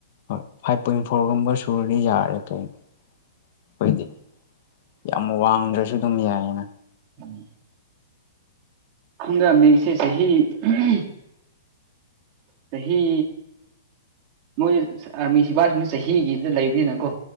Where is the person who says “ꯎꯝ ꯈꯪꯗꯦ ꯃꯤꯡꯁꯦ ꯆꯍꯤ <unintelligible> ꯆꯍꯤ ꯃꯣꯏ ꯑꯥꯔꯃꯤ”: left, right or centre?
Right